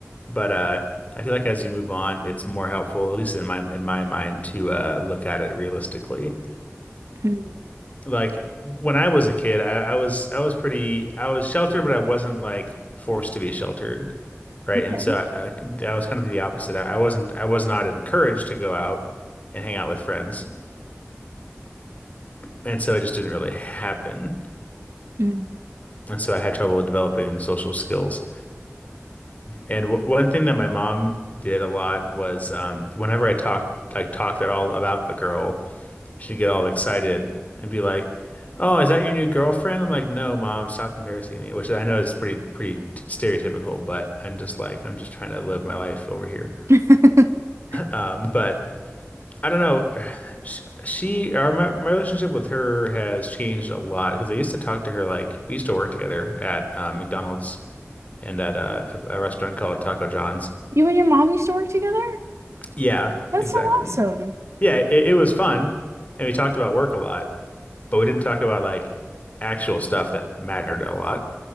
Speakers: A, on the left; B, on the right.
A: But uh, I feel like as you move on, it's more helpful, at least in my in my mind, to uh, look at it realistically.
B: Mm,
A: Like when I was a kid, I, I was I was pretty I was sheltered, but I wasn't like forced to be sheltered, right?
B: okay.
A: And so I, I, I was kind of the opposite. I, I wasn't I was not encouraged to go out and hang out with friends, and so it just didn't really happen.
B: Mm.
A: And so I had trouble developing the social skills. And w one thing that my mom did a lot was um, whenever I talked like talked at all about a girl, she'd get all excited and be like, "Oh, is that your new girlfriend?" I'm like, "No, mom, stop embarrassing me," which I know is pretty pretty t stereotypical, but I'm just like I'm just trying to live my life over here.
B: <laughs>
A: Um, but I don't know. She or my my relationship with her has changed a lot because I used to talk to her like we used to work together at uh, McDonald's and at uh, a, a restaurant called Taco John's.
B: You and your mom used to work together?
A: Yeah,
B: That's
A: exactly.
B: so awesome.
A: yeah, it, it was fun, and we talked about work a lot, but we didn't talk about like actual stuff that mattered a lot,